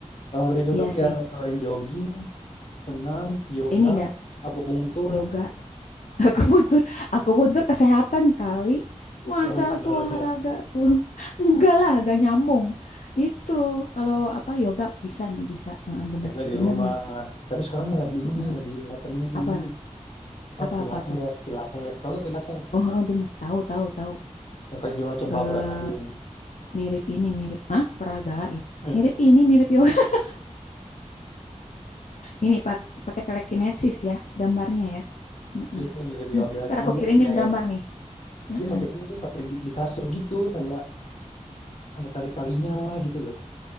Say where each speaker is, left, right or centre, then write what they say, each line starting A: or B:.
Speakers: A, on the left (about 60°); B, on the left (about 80°).
A: Olahraga yang cocok
B: Iya sih.
A: ya selain jogging, senam, yoga,
B: Ini enggak
A: akupunktur.
B: yoga. <laughs> Aku butuh aku butuh kesehatan kali. Masa
A: Oh, bukan
B: itu
A: olahraga.
B: olahraga? <laughs> Enggak lah, enggak nyambung. Itu kalau apa yoga bisa nih, bisa. Eh, bener,
A: Yoga di
B: bener
A: rumah.
B: nih.
A: Tapi sekarang yang lagi
B: Heeh.
A: ini, lagi happening tuh
B: Apa
A: ini apa
B: apa
A: Pilates,
B: apa tuh?
A: Pilates. Tahu gak Pilates?
B: Oh, eh, bener. Tahu, tahu, tahu.
A: Yang kalau gimana coba
B: Eh
A: peragain.
B: mirip ini, mirip ah, peragain.
A: <laughs>
B: Mirip ini, mirip yoga. <laughs> Ini pak pakai telekinesis ya gambarnya ya. Heeh.
A: Itu mirip
B: Nah,
A: yoga,
B: Ntar
A: cuman
B: aku
A: dia
B: kirimin
A: pakai
B: gambar nih. Heeh.
A: dia pakai ini, pakai di, di kasur gitu kayak ada tali-talinya gitu loh.